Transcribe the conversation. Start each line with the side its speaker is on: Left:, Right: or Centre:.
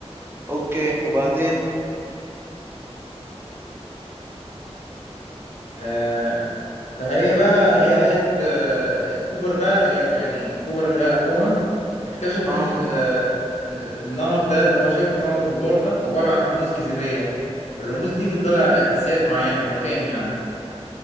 Right: اوكي وبعدين
Left: آه، فهي بقى هي لقت آه، كوبر بقى هي يعني كوبر اللي هي ابوها اكتشف
Right: اه
Left: ان ال- ال- النمط ده اللي هو شايفه نمط الغبار ده عباره عن رموز جاذبيه الرموز دي بتدل على احداثيات معينه مكان يعني